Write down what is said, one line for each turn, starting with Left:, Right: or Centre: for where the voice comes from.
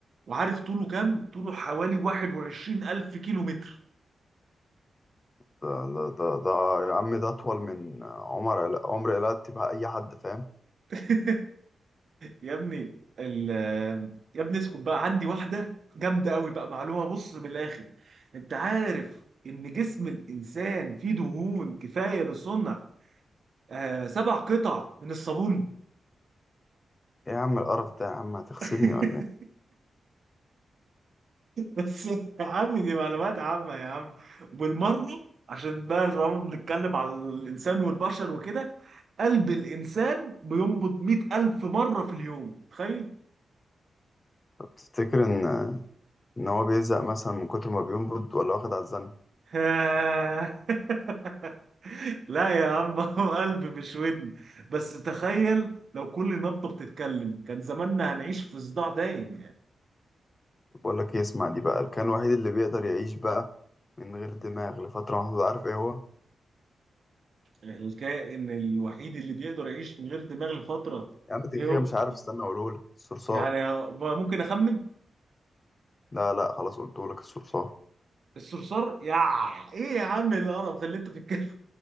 Right: وعارف طوله كام؟ طوله حوالي 21 ألف كيلو متر
Left: ده ده ده ده يا عم ده أطول من عمر عل- عمر قلعت تبقى أي حد فاهم
Right: <laughs> يا ابني ال يا ابني اسكت بقى عندي واحدة جامدة قوي بقى معلومة بص من الآخر انت عارف ان جسم الإنسان فيه دهون كفاية لصنع آه سبع قطع من الصابون
Left: إيه يا عم القرف ده يا عم هتغسلني
Right: <laughs>
Left: ولا إيه
Right: بس يا عم دي معلومات عامة يا عم بالمرة عشان بقى طالما بنتكلم على الإنسان والبشر وكده قلب الإنسان بينبض مئة ألف مرة في اليوم تخيل
Left: طب تفتكر إن إن هو بيزهق مثلا من كتر ما بينبض ولا واخد على الزن
Right: آه. <laughs> لا يا عم هو قلب مش ودن بس تخيل لو كل نبضة بتتكلم كان زماننا هنعيش في صداع دايم يعني
Left: طب بقول لك إيه اسمع دي بقى كان الوحيد اللي بيقدر يعيش بقى من غير دماغ لفترة محدودة عارف إيه هو
Right: الكائن الوحيد اللي بيقدر يعيش من غير دماغ لفترة
Left: يا عم أنت كده
Right: ايه هو
Left: كده مش عارف استنى أقولهولك الصرصار
Right: يعني ممكن أخمن
Left: لا لا خلاص قلتهولك الصرصار
Right: الصرصار يا ايه يا عم القرف اللي انت بتتكلم